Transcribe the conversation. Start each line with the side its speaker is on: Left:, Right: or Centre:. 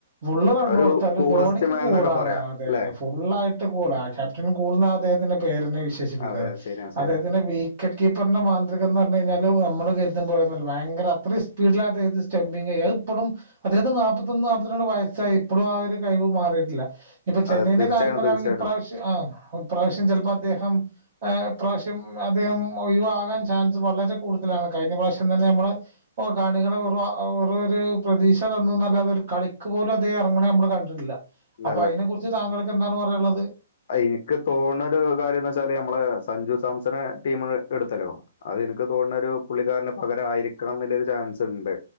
Right: ഫുള്ള് റണ്ണ്
Left: ഒരു
Right: കൊടുത്താലും
Left: കൂളസ്റ്റ്
Right: ധോണിക്ക്
Left: മാൻ
Right: കൂളാണ്.
Left: എന്നൊക്കെ പറയാം
Right: അതെ
Left: അല്ലെ
Right: അതെ ഫുള്ളായിട്ട് കൂളാ ക്യാപ്റ്റൻ കൂൾ ന്നാ അദ്ദേഹത്തിനെ നെ വിശേഷിപ്പിക്കാറ്.
Left: അതെ അത് ശരിയാണ് ശരിയാണ്
Right: അദ്ദേഹത്തിനെ വീക്കറ്റ് കീപ്പർനെ മാ ഇതൊക്കെന്നർഞ്ഞ് കഴിഞ്ഞാല് നമ്മള് കര്തും പോലെന്നും അല്ല ഭയങ്കര അത്ര സ്പീഡിലാ അദ്ദേഹത്തിന്റെ സ്റ്റമ്പിങ്ങെയ്യാ അത് ഇപ്പളും അതായത് നാപ്പത്തൊന്ന് നാപ്പത്ത്രണ്ട് വയസ്സായി ഇപ്പളും ആ ഒരു കഴിവ് മാറിയിട്ടില്ല. ഇപ്പൊ ചെന്നൈന്റെ
Left: അതെ തീർച്ചയായും
Right: കാര്യം പറയാണെങ്കി
Left: തീർച്ചയായിട്ടും
Right: ഇപ്രാവശ്യ ആ ഇപ്രാവശ്യം ചെൽപ്പൊ അദ്ദേഹം ഇ പ്രാവശ്യം അദ്ദേഹം ഒഴിവാകാൻ ച ചാൻസ് വളരെ കൂട്തലാണ്. കഴിഞ്ഞ പ്രാവശ്യം തന്നെ നമ്മള് ഒ കാണികളെ വെറു വെറു ഒരു പ്രതീക്ഷ തന്നുന്നല്ലാതെ ഒരു കളിക്ക് പോലും അദ്ദേഹം എറങ്ങണ നമ്മള് കണ്ടിട്ടില്ല.
Left: ഇല്ല
Right: അപ്പൊ അയിനെ കുർച്ച് താങ്കൾക്ക് എന്താണ് പറയാൻള്ളത്?
Left: ഇനിക്ക് തോണൊരു കാര്യംന്ന് വച്ചാല് നമ്മളെ സഞ്ജു സാംസണ് ടീമ് എടുത്തല്ലോ അത് ഇൻക്ക് തോണൊരു പുള്ളിക്കാരന്റെ പകരം ആയിരിക്കാം ന്ന്ല്ലൊരു ചാൻസ്ണ്ട്.